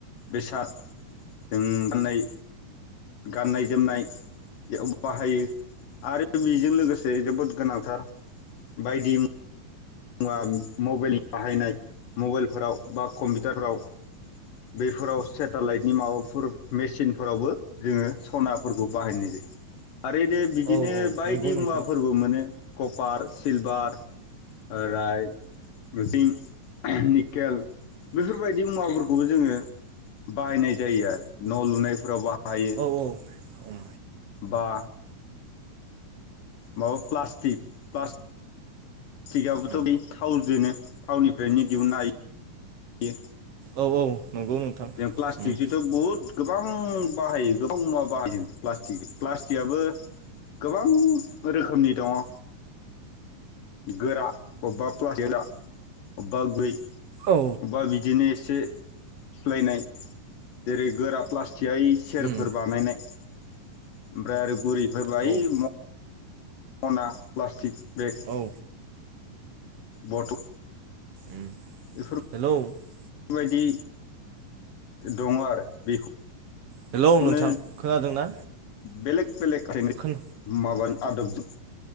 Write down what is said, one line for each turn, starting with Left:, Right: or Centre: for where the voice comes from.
Left: बेसाद जों गाननाय गाननाय जोमनाय बाहायो आरो बेजों लोगोसे जोबोद गोनांथार बायदि मुवा बाहायनाय मबाइलफोराव बा कम्पिउटारफोराव बे फोराव सेटेलाइटनि माबाफोर मेचेनफोरावबो जोङो सनाफोरखौ बाहायनाय जायो आरो <unintelligible> बिदिनो
Right: औ औ
Left: बायदि
Right: नंगौ नोंथां
Left: मुवाफोरबो मोनो कपार सिलभार <unintelligible> दिं निकेल बेफोरबायदि मुवाफोरखौबो जोङो बाहायनाय जायो आरो न' लुनायफोराव बाहायो
Right: औ औ उम
Left: बा माबा प्लासटिक प्लास प्लास्टिकाबोथ'
Right: उम
Left: बे थावजोंनो थावनिफ्रायनो दिहुननो हायो
Right: औ औ नंगौ नोंथां
Left: प्लासटिकखोथ'
Right: उम
Left: बहुत गोबां बाहायो गोबां मुवा बाहायो प्लास्टिक प्लास्टिकआबो गोबां रोखोमनि दङ गोरा अबेबा <unintelligible> अबेबा गुरै अबेबा
Right: औ
Left: बिदिनो एस एसे फिलायनाय जेरै गोरा प्लास्टिका सेरफोर
Right: उम
Left: बानायनाय ओमफ्राय आरो गुरिफोर बा
Right: औ
Left: <unintelligible>
Right: उम
Left: <unintelligible> प्लास्टिक बेग
Right: हो
Left: बथ'
Right: उम
Left: बेफोर
Right: हेलौ उम
Left: बेबायदि दङ आरो बेखौ
Right: हेलौ
Left: खौनो
Right: नोंथां खोनादोंना
Left: बेलेक बेलेक खानो
Right: खोन
Left: माबाजों आदबजों